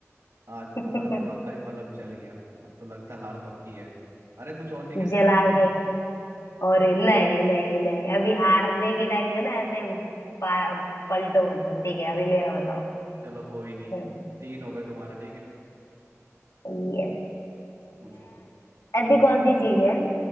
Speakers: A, on the right; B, on the left.
A: आज
B: <laughs>
A: तुम्हारे
B: कहला
A: दिमाग का ये बल्ब जल गया अब तो लगता है हार पक्की है अरे कुछ और नहीं खेल सकते
B: जला
A: क्या
B: के और नए नए नए अभी हारने के टाइम में ना ऐसे पा- पलटो मत तुम ठीक है अभी मेरा बताओ
A: चलो कोई नहीं
B: हम्म
A: तीन हो गए तुम्हारे ठीक है
B: यस
A: पूछो
B: ऐसी कौन सी चीज है